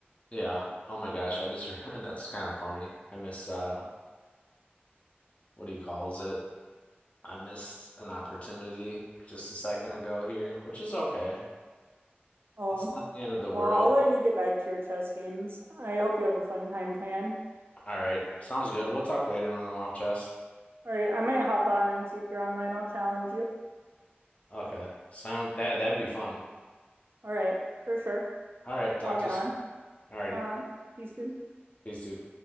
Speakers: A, on the left (about 35°); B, on the right (about 70°).
A: Yeah. Oh my gosh, I just <laughs> realized that's kind of funny. I missed uh what do you calls it? I missed an opportunity just a second ago here, which is okay.
B: Oh,
A: It's not the end of the world.
B: well, I'll let you get back to your chess games. I hope you have a fun time playing.
A: All right. Sounds good. We'll talk later when I'm off, chess.
B: All right, I might hop on and see if you're online. I'll challenge you.
A: Okay. Sound that that'd be fun.
B: All right, for sure.
A: All right,
B: Uh,
A: talk
B: I'll get
A: to you
B: on.
A: soon. All righty.
B: Uh, peace, dude.
A: Peace, dude.